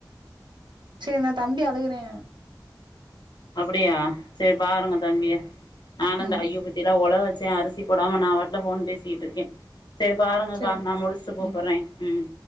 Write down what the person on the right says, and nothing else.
சேரி நா தம்பி அலுகுறே
ம்
சேரி
ம்